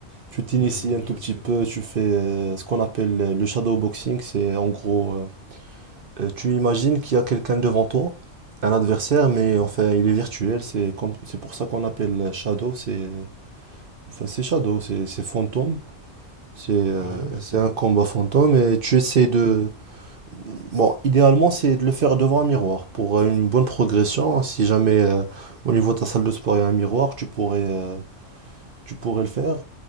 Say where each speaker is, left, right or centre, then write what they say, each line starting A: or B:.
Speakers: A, on the right; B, on the right.
A: tu t'inities
B: Ouais, non, mais
A: un tout
B: je
A: petit
B: sais.
A: peu, tu fais euh, ce qu'on appelle euh, le shadow boxing. C'est en gros, euh, euh, tu imagines qu'il y a quelqu'un devant toi, un adversaire, mais
B: Hmm.
A: enfin, il est virtuel. C'est comme, c'est pour ça qu'on appelle euh, shadow. C'est, euh, enfin, c'est shadow, c'est, c'est fantôme. C'est, euh,
B: Ouais, ouais, bah
A: c'est
B: c'est ma...
A: un combat fantôme et tu essaies de, Bon, idéalement, c'est de le faire devant un miroir pour euh, une bonne progression. Si jamais euh, au niveau de ta salle de sport il y a un miroir, tu pourrais, euh, tu pourrais le faire.